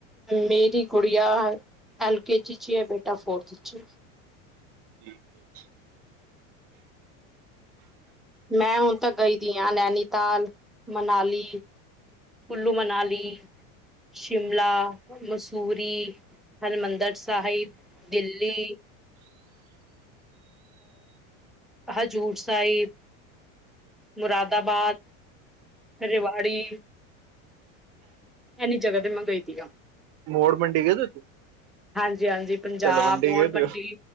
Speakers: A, in the centre; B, on the right.
A: ਮੇਰੀ ਗੁੜੀਆ ਐਲਕੇ ਜਜੀ 'ਚ ਹੈ ਬੇਟਾ ਫੋਰਥ 'ਚ
B: ਠੀਕ
A: ਮੈਂ ਹੁਣ ਤ ਗਈ ਦੀ ਹਾਂ ਨੈਨੀਤਾਲ ਮਨਾਲੀ ਕੁੱਲੂ ਮਨਾਲੀ ਸ਼ਿਮਲਾ ਮਸੂਰੀ ਹਰਿਮੰਦਰ ਸਾਹਿਬ ਦਿੱਲੀ ਹਜ਼ੂਰ ਸਾਹਿਬ ਮੁਰਾਦਾਬਾਦ ਰਿਵਾ ਆੜੀ ਇਨੀ ਜਗ੍ਹਾ ਤੇ ਮੈ ਗਈ ਦਿਆ।
B: ਮੋੜ ਮੰਡੀ ਗਏ ਤੁਸੀਂ?
A: ਹਾਂਜੀ ਹਾਂਜੀ ਪੰਜਾਬ
B: ਤਲਵੰਡੀ ਗਏ
A: ਆਣਬਡੀ
B: ਦੇ